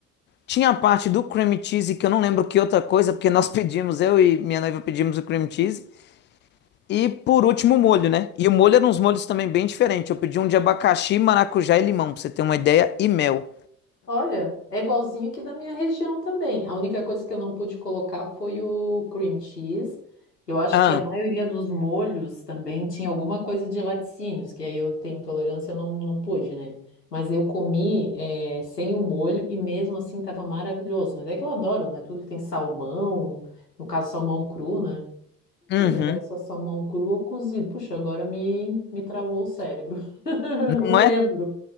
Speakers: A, on the left; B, on the left.
A: Tinha a parte do cream cheese, que eu não lembro que outra coisa, porque nós <laughs> pedimos, eu e minha noiva pedimos o cream cheese. E por último, o molho, né? E o molho era uns molhos também bem diferentes. Eu pedi um de abacaxi, maracujá e limão, pra você ter uma ideia, e mel.
B: Olha, é igualzinho aqui da minha região também. A única coisa que eu não pude colocar foi o cream cheese. Eu acho
A: Ah,
B: que a maioria dos molhos também tinha alguma coisa de laticínios, que aí eu tenho intolerância, eu não, não pude, né? Mas eu comi eh, sem o molho e mesmo assim estava maravilhoso. Mas é que eu adoro, né? Tudo que tem salmão, no caso salmão cru, né? Não
A: uhum.
B: Lembro agora se é salmão cru ou cozido. Puxa, agora me, me travou o cérebro. <laughs>
A: Não
B: Não lembro.
A: é